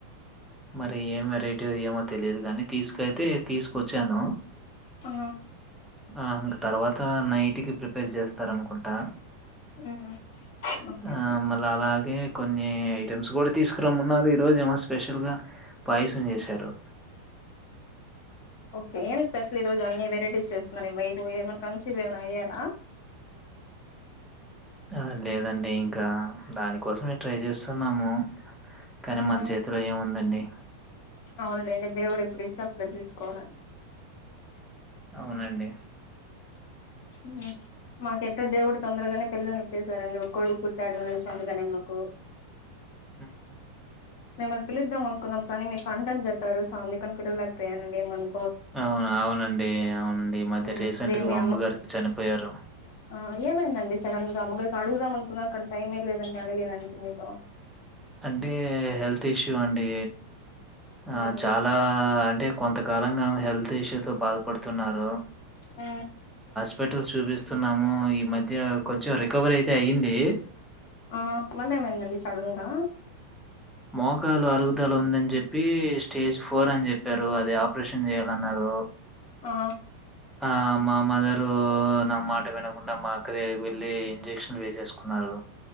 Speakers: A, in the centre; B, on the left (about 50°).
A: మరి ఏం వెరైటీ ఏమో తెలీదు గానీ తీసుకుయితే తీసుకొచ్చాను
B: ఆ
A: ఆ ఇంక తర్వాత నైట్కి ప్రిపేర్ జేస్తరనుకుంటా
B: ఉమ్ ఓకే
A: ఆ మళ్ళ అలాగే కొన్ని ఐటమ్స్ కూడా తీసుకురమ్మన్నారు ఈరోజు ఏమో స్పెషల్గా పాయిసం చేశారు
B: ఒకే ఏం స్పెషల్ ఈ రోజు అన్ని వెరైటీస్ చేస్తున్నారు ఈ వైఫు ఏమన్న కన్సివ్ ఏమన్ అయ్యార
A: ఆ లేదండి ఇంకా దానికోసమే ట్రై చేస్తున్నాము కానీ
B: ఉమ్
A: మన్ చేతిలో ఏముందండి
B: అవునులేండి దేవుడు ఎప్పుడు ఇస్తే అప్పుడు తీస్కోవాలండి
A: అవునండి
B: ఊ మాక్ ఎట్టో దేవుడు తొందరగానే పిల్లల్ని ఇచ్చేసారండి ఒక్ కొడుకు పుట్టాడు రీసెంట్గానే మాకు
A: ఊ హు
B: మిమ్మల్ని పిలుద్దాం అనుకున్నాం కానీ మీకు అంట్ అని జెప్పారు సో అందుకని పిలవలేకపోయానండి ఏం అన్
A: అవును అవునండి అవునండి మధ్య
B: ఉమ్
A: రీసెంట్గా
B: అదే మీ
A: మా అమ్మగారు చనిపోయారు
B: ఆ ఏమైందండి సడన్ గా అమ్మగారికి అడుగుదాం అనుకున్నా కానీ టైమే లేదండి అడిగేదానికి మీతో
A: అంటే హెల్త్ ఇష్యూ అండి ఆ
B: ఉమ్
A: చాలా అంటే కొంత కాలంగా హెల్త్ ఇష్యూ తో బాధపడుతున్నారు
B: ఆ
A: హాస్పిటల్ చూపిస్తున్నాము ఈ మధ్య కొంచం రికవరీ అయితే అయ్యింది
B: ఆ మల్లా ఏం అయింది సడన్ గా
A: మోకాలు అరవ ధల ఉందని చెప్పి స్టేజ్ ఫోర్ అని చెప్పారు అది ఆపరేషన్ చేయాలన్నారు <unintelligible>
B: ఆ
A: ఆ మా మదరు నా మాట వినకుండా మా అక్క దగ్గకి వెళ్ళి ఇంజక్షన్లు వేసేసుకున్నారు